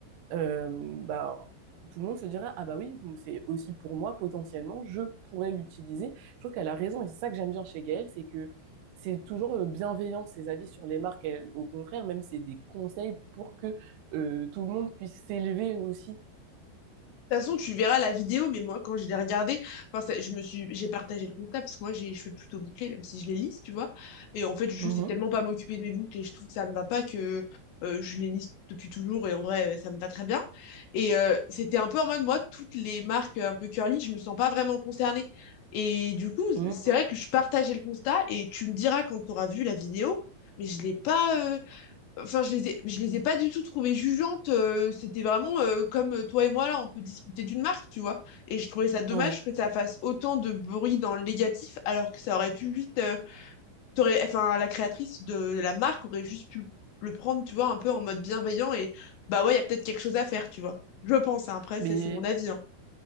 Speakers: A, on the right; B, on the left.
A: euh, bah, tout le monde se dirait ah bah oui c'est aussi pour moi potentiellement je pourrais l'utiliser je trouve qu'elle a raison et c'est ça que j'aime bien chez Gaëlle c'est que c'est toujours euh, bienveillant ses avis sur les marques elle, au contraire même c'est des conseils pour que euh, tout le monde puisse s'élever aussi
B: De toute façon, tu verras la vidéo, mais moi, quand je l'ai regardée, enfin, ça- je me suis, j'ai partagé le constat parce que moi, j'ai les cheveux plutôt bouclés, même si je les lisse, tu vois. Et en fait, je
A: Mhm.
B: sais tellement pas m'occuper de mes boucles et je trouve que ça me va pas que euh, je les lisse depuis toujours et en vrai, euh, ça me va très bien. Et euh, c'était un peu en mode, moi, toutes les marques un peu curly, je me sens pas vraiment concernée. Et du coup,
A: Mhm.
B: c'est vrai que je partageais le constat et tu me diras quand tu auras vu la vidéo, mais je l'ai pas, euh, Enfin, je les ai, je les ai pas du tout trouvées jugeantes. euh, c'était vraiment euh, comme euh, toi et moi là, on peut discuter d'une marque, tu vois. Et je trouvais ça dommage
A: ouais
B: que ça fasse autant de bruit dans le négatif, alors que ça aurait pu juste, euh, t'aurais, enfin, la créatrice de la marque aurait juste pu le prendre, tu vois, un peu en mode bienveillant et bah ouais, il y a peut-être quelque chose à faire, tu vois. Je pense. hein. après,
A: mais
B: c'est c'est mon avis. hein.